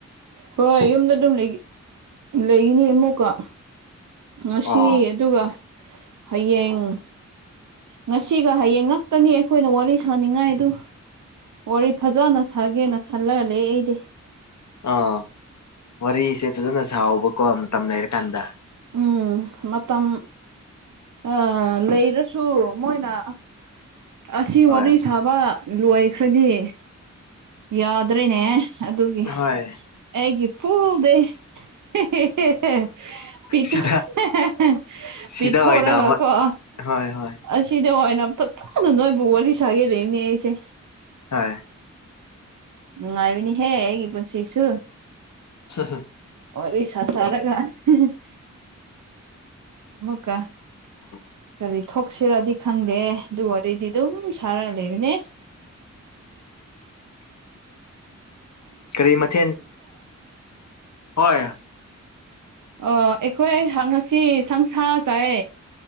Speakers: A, on the right (about 80°); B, on the left (about 70°).
A: ꯍꯣꯏ ꯌꯨꯝꯗ ꯑꯗꯨꯝ ꯂꯩ ꯂꯩꯒꯅꯤ ꯑꯃꯨꯛꯀ ꯉꯁꯤ
B: ꯑꯣ
A: ꯑꯗꯨꯒ ꯍꯌꯦꯡ ꯉꯁꯤꯒ ꯍꯌꯦꯡ ꯉꯥꯛꯇꯅꯤ ꯑꯩꯈꯣꯏꯅ ꯋꯥꯔꯤ ꯁꯥꯅꯤꯡꯉꯥꯏ ꯑꯗꯨ ꯋꯥꯔꯤ ꯐꯖꯅ ꯁꯥꯒꯦꯅ ꯈꯜꯂꯒ ꯂꯩ ꯑꯩꯗꯤ
B: ꯑꯥ ꯋꯥꯔꯤꯁꯦ ꯐꯖꯅ ꯁꯥꯎꯕꯀꯣ ꯃꯇꯝ ꯂꯩꯔꯀꯥꯟꯗ
A: ꯎꯝ ꯃꯇꯝ ꯑꯥ ꯂꯩꯔꯁꯨ ꯃꯣꯏꯅ ꯑꯁ ꯑꯁꯤ
B: ꯍꯣꯏ
A: ꯋꯥꯔꯤ ꯁꯥꯕ ꯂꯣꯏꯈ꯭ꯔꯗꯤ ꯌꯥꯗ꯭ꯔꯦꯅꯦ ꯑꯗꯨꯒꯤ
B: ꯍꯣꯏ
A: ꯑꯩꯒꯤ ꯐꯨꯜ ꯗꯦ <unintelligible> <unintelligible>
B: ꯁꯤꯗ ꯁꯤꯗ
A: ꯄꯤ ꯊꯣꯔꯒ
B: ꯑꯣꯏꯅ ꯍꯣꯏ
A: ꯀꯣ
B: ꯍꯣꯏ ꯍꯣꯏ
A: ꯑꯁꯤꯗ ꯑꯣꯏꯅ ꯐꯖꯅ ꯅꯣꯏꯕꯨ ꯋꯥꯔꯤ ꯁꯥꯒꯦ ꯂꯧꯕꯅꯦ ꯑꯩꯁꯦ
B: ꯍꯣꯏ
A: ꯅꯨꯉꯥꯏꯕꯅꯤ ꯍꯦ ꯑꯩꯒꯤ ꯄꯨꯟꯁꯤꯁꯨ
B: <unintelligible>
A: ꯋꯥꯔꯤ ꯁ ꯁꯥꯔꯒ <unintelligible> ꯑꯃꯨꯛꯀꯥ
B: <inaudible>
A: ꯀꯔꯤ ꯊꯣꯛꯁꯤꯔꯗꯤ ꯈꯪꯗꯦ ꯑꯗꯨ ꯋꯥꯔꯤꯗꯤ ꯑꯗꯨꯝ ꯁꯥꯔꯒ ꯂꯩꯔꯦꯅꯦ
B: ꯀꯔꯤ ꯃꯊꯦꯜ ꯍꯣꯏ
A: ꯑ ꯑꯩꯈꯣꯏ ꯍꯪꯉꯁꯤ ꯁꯪꯁꯥ ꯆꯥꯏ